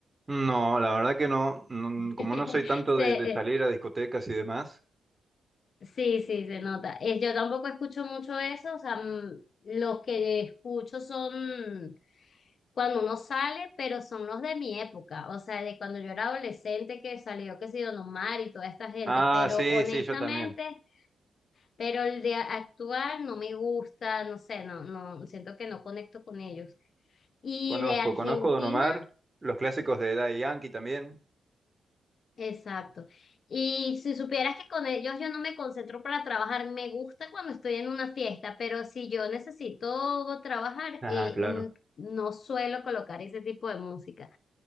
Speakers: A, on the right; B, on the left.
A: No, la verdad que no. no, como
B: <laughs>
A: no soy tanto
B: Se-
A: de, de salir
B: eh,
A: a discotecas y demás.
B: Sí, sí, se nota. Eh, yo tampoco escucho mucho eso, o sea, mm, los que escucho son cuando uno sale, pero son los de mi época, o sea, de cuando yo era adolescente que salió, que sé yo, Don Omar y toda esta gente,
A: Ah,
B: pero
A: sí,
B: honestamente,
A: sí, yo también.
B: pero el de actuar no me gusta, no sé, no, no, siento que no conecto con ellos. Y
A: Conozco,
B: de Argentina
A: conozco Don Omar, los clásicos de Daddy Yankee también.
B: Exacto. Y si supieras que con ellos yo no me concentro para trabajar, me gusta cuando estoy en una fiesta, pero si yo necesito trabajar,
A: Ajá,
B: eh,
A: claro.
B: mm, no suelo colocar ese tipo de música.